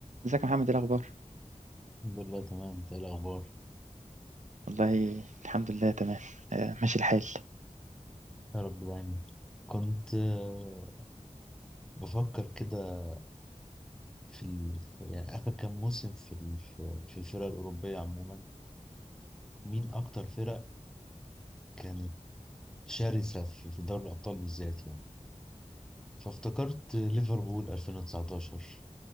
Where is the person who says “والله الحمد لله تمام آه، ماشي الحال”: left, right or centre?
Right